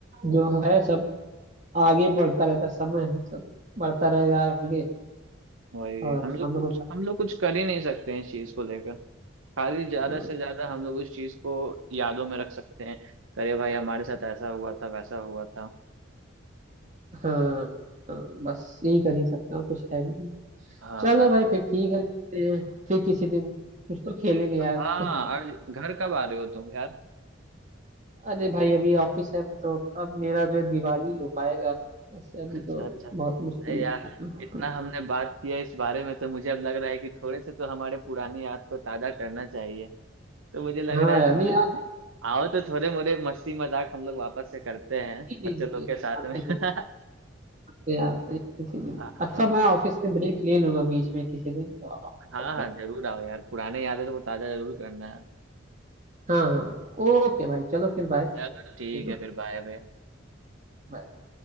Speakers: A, on the right; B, on the right.
A: जो है सब आगे बढ़ता रहता है, समय है सब बढ़ता रहेगा आगे
B: वही
A: और
B: हम लोग
A: हम लोग
B: कुछ
A: को
B: हम लोग कुछ कर ही नहीं सकते हैं इस चीज को लेकर खाली ज्यादा
A: हाँ
B: से ज्यादा हम लोग उस चीज को यादों में रख सकते हैं अरे भाई हमारे साथ ऐसा हुआ था वैसा हुआ था
A: हाँ, बस यही कर ही सकते हैं और कुछ है भी नहीं
B: हाँ
A: चलो भाई फिर ठीक है मिलते हैं। फिर किसी दिन कुछ तो खेलेंगे यार
B: हाँ और घर कब आ रहे हो तुम यार
A: अरे भाई अभी ऑफिस है तो अब मेरा जो है दिवाली हो पाएगा ऐसे अभी
B: अच्छा
A: तो
B: अच्छा
A: बहुत मुश्किल
B: नहीं यार
A: लगता था
B: इतना हमने बात किया इस बारे में तो मुझे अब लग रहा है कि थोड़े से तो हमारे पुरानी याद को ताजा करना चाहिए तो मुझे लग
A: हाँ
B: रहा है
A: यार नहीं
B: थोड़े आओ तो थोड़े मोरे मस्ती मजाक हम लोग वापस से करते
A: आते
B: हैं बच्चे
A: ही नहीं
B: लोग के साथ
A: आते
B: में <laughs>
A: हैं आते हैं आते हैं किसी दिन
B: हाँ
A: अच्छा मैं ऑफिस से ब्रेक ले लूंगा बीच में किसी दिन तो
B: हाँ
A: पक्का
B: हाँ जरूर आओ यार पुराने यादें तो ताजा जरूर करना है
A: हाँ हाँ ओके भाई चलो फिर बाय
B: चलो ठीक
A: है ना
B: है फिर बाय बाय
A: Bye.